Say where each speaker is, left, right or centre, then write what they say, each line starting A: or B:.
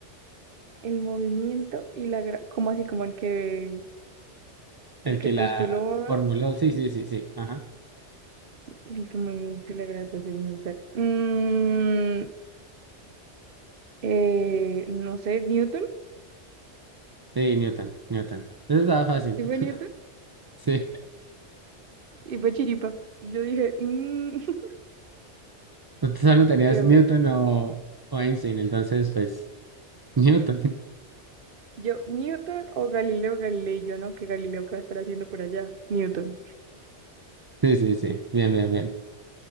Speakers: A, on the right; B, on the right.
A: el movimiento y la gra- como así como el que
B: El
A: el que
B: que
A: postuló
B: la formuló, sí, sí, sí, sí, ajá.
A: el que movimiento y la gravitación universal. Mm, eh, no sé, Newton,
B: Sí, Newton, Newton. Eso estaba fácil.
A: sí
B: <laughs>
A: fue Newton,
B: Sí,
A: y fue Chiripa. Yo dije, "Mm", <laughs>
B: usted solo tenías
A: pero
B: Newton
A: bueno,
B: o, o Einstein, entonces, pues, Newton. <laughs>
A: yo, Newton o Galileo Galilei, yo no, que Galileo qué va a estar haciendo por allá, Newton.
B: Sí, sí, sí, bien, bien, bien.